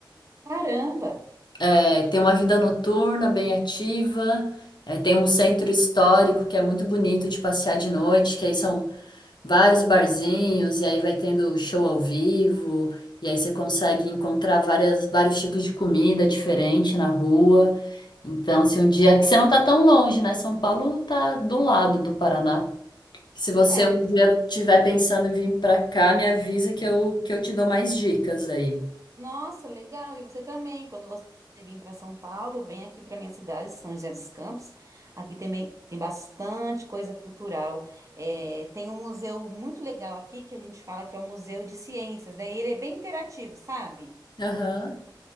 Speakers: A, on the right (about 40°); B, on the left (about 65°).
A: Caramba!
B: É, tem uma vida noturna bem ativa, é, tem um centro histórico que é muito bonito de passear de noite, que aí são vários barzinhos, e aí vai tendo show ao vivo, e aí você consegue encontrar várias, vários tipos de comida diferente na rua. Então, se um dia que você não tá tão longe, né? São Paulo tá do lado do Paraná. Se você
A: É.
B: um dia tiver pensando em vir pra cá, me avisa que eu, que eu te dou mais dicas aí.
A: Nossa, legal. E você também, quando você vir para São Paulo, vem aqui para minha cidade, São José dos Campos. Aqui também tem bastante coisa cultural. É, tem um museu muito legal aqui que a gente fala que é o Museu de Ciências, né? Ele é bem interativo, sabe?
B: Aham.